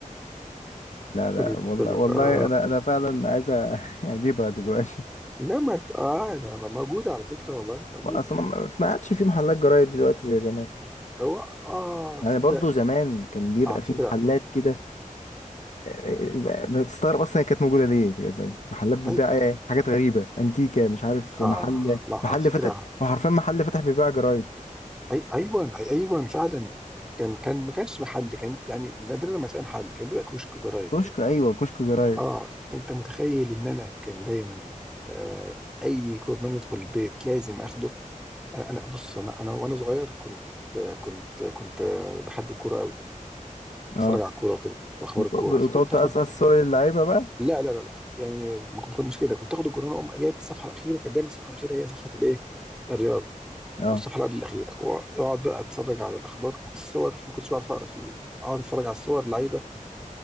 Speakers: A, on the left; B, in the centre.
A: لا لا
B: كانت
A: والله
B: كانت
A: والله
B: آه.
A: انا انا فعلا عايز أ- <laughs> اجيبها دلوقتي
B: لا ما انت اه ده موجوده على فكره والله موجوده
A: اصلا ما ما عادش في محلات جرايد دلوقتي زي زمان
B: هو اه
A: يعني
B: تصدق
A: برضو زمان كان بيبقى
B: على
A: في
B: فكره
A: محلات كده آه، ما تستغرب اصلا هي كانت موجوده ليه بجد يعني محلات بتبيع
B: اي
A: إيه؟ حاجات غريبه انتيكه مش عارف
B: اه
A: محل
B: لا على
A: محل
B: فكره
A: فتح وحرفيا محل فتح بيبيع جرايد
B: اي ايوه أي ايوه فعلا كان كان ما كانش محل كان يعني نادرا ما تلاقي محل كان بيبقى كشك جرايد
A: كشك
B: كده
A: ايوه كشك جرايد
B: اه انت متخيل ان انا كان دايما آه اي كورنيش يدخل البيت لازم اخده انا أنا- بص انا انا وانا صغير كنت كنت كنت بحب الكوره قوي
A: اه
B: اتفرج على الكوره وكده واخبار
A: بت-
B: الكوره
A: وتقعد
B: فكنت
A: تقصقص
B: اخد
A: صور اللعيبه بقى
B: لا لا لا لا يعني ما كنت مش كده كنت اخد الكوره اقوم جايب الصفحه الاخيره كانت دايما الصفحه الاخيره هي صفحه الايه الرياضه
A: اه
B: او الصفحه اللي قبل الاخيره واقعد بقى اتفرج على الاخبار الصور ما كنتش بعرف اقرا في ال- اقعد اتفرج على الصور لعيبه